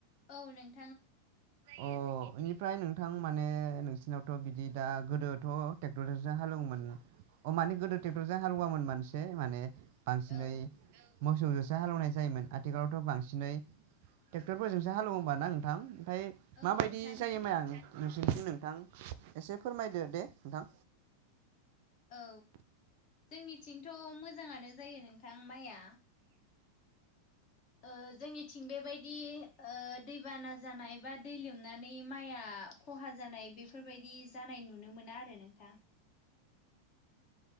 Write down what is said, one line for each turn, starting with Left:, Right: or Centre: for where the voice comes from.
Left: औ नों
Right: अ फ्राय नोंथां माने नोंसिनावथ' बिदि दा गोदोथ' ट्रेक्टरजोंसो हालेवोमोन अ माने गोदो ट्रेक्टरजों हालुवामोन मानसि माने बांसिनै
Left: औ
Right: मोसौजोंसो हालौनाय जायोमोन आथिखालावथ' बांसिनै ट्रेक्टरफोरजोंसो हालौवोबा ना थां ओमफ्राय
Left: औ
Right: माबायदि
Left: नोंथां
Right: जायो
Left: ट्रेक्टरजों
Right: माया आं नों सिन्थिं नोंथां एसे फोरमायदो दे नोंथां।
Left: औ। जोंनिथिंथ' मोजाङानो जायो नोंथां माइआ। ओ जोंनिथिं बेबायदि ओ दैबाना जानाय बा दै लोम नानै माइया खहा जानाय बेफोरबायदि जानाय नुनो मोना आरो नोंथां।